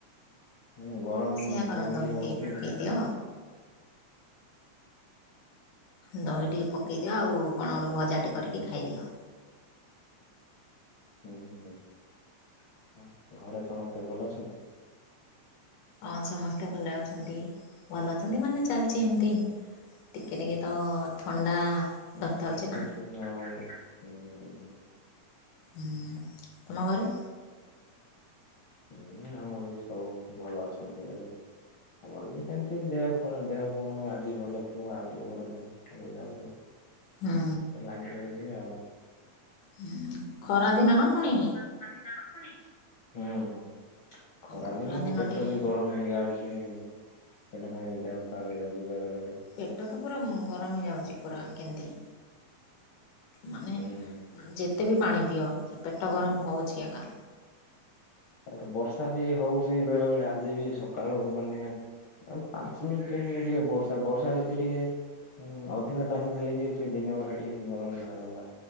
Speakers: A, on the left; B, on the left.
A: ମାନେ ଗରମ
B: ସେୟା କର
A: ଯେମିତି
B: ଦହି
A: ହୋଉଚି
B: ଟିକେ ପକେଇ
A: ହୁଁ।
B: ଦିଅ ଦହି ଟିକେ ପକେଇଦିଅ ଆଉ କଣ ଗୋଟେ ଭଜା ଟେ କରିକି ଖାଇଦିଅ।
A: ହୁଁ ହୁଁ ଘରେ ସମସ୍ତେ ଭଲ ଅଛନ୍ତି?
B: ହଁ ସମସ୍ତେ ଭଲ ଅଛନ୍ତି ଭଲ ଅଛନ୍ତି ମାନେ ଚାଲିଚି ଏମତି ଟିକେ ଟିକେ ତ ଥଣ୍ଡା <unintelligible> ଛି ନା।
A: ନାଇଁ ହୁଁ ହୁଁ ହୁଁ।
B: ହୁଁ ତମ ଘରେ?
A: ହୁଁ ଆମର ବି ସବୁ ଭଲ ଅଛନ୍ତି ଏବେ। ଆମର ବି ସେମିତି ଦେହ କ ଦେହ କଣ ଆଜି ଭଲ ଥିବ ଆଉ ଟିକେ ପରେ ଦେହ ହେଇଯାଉଛି। ସେମତି
B: ହୁଁ
A: ତ ଲାଗି ରହିଚି ଆଉ।
B: ହୁଁ ଖରା ଦିନ ନା ପୁଣି
A: ହୁଁ। ଖରା
B: ଖରାଦିନ
A: ଦିନ ପେଟ
B: ଟିକେ
A: ବି ଗରମ ହେଇଯାଉଚି। ସେଇଟା ପାଇଁ ଦେହ ଖରାପ ହେଇଯାଉଚି ବେଳେବେଳେ।
B: ପେଟ ତ ପୁରା ଗରମ ହେଇଯାଉଚି ପୁରା କେମିତି। ମାନେ
A: ହୁଁ
B: ଯେତେ ବି ପାଣି ପିଅ ସେ ପେଟ ଗରମ ହୋଉଛି ଏକା।
A: ତାପରେ ବର୍ଷା ବି ହୋଉଚି ବେଳେ ବେଳେ ଆଜି ବି ସକାଳୁ ମାନେ ଆ ପାଞ୍ଚ ମିନିଟ ଟିକେ ବର୍ଷା ବର୍ଷା ଯଦି ଟିକେ ହୁଁ ଅଧିକ ଟାଇମ୍ ହେଲେ ବି ଟିକେ ଦିନ ବେଳା ଟିକେ ଗରମ ଲାଗନ୍ତା।